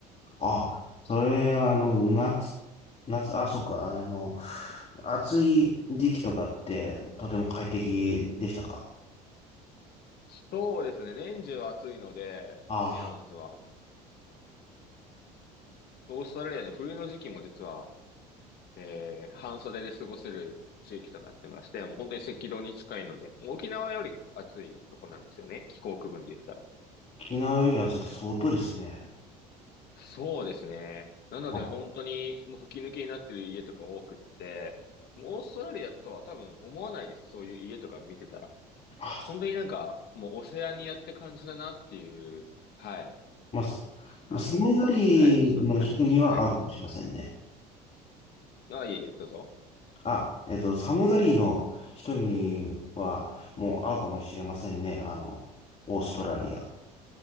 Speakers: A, on the left; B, on the left.
A: あ、それはあの、夏、夏、あ、そっか、あの、暑い時期とかってとても快適でしたか
B: うん。そうですね。年中暑いので、
A: あ、
B: ケアンズは。オーストラリアの冬の時期も実は、えー半袖で過ごせる地域となってまして、もう本当に赤道に近いので、もう沖縄より暑いとこなんですよね。気候区分で言ったら。
A: 沖縄より暑いって相当ですね。
B: そうですね。なので本当にもう吹き抜けになってる家とか多くって、
A: あ、
B: もうオーストラリアとは多分思わないです。そういう家とか見てたら。
A: あ
B: 本当になんかもうオセアニアって感じだなっていう、はい。
A: まあ、すまあ、
B: あの、
A: 寒がりの人には合うかもしれませんね。
B: はい、そういう感じですね。はい。あ、いえいえ、どうぞ。
A: あ、えっと、寒がりの人にはもう合うかもしれませんね。あの、オーストラリア。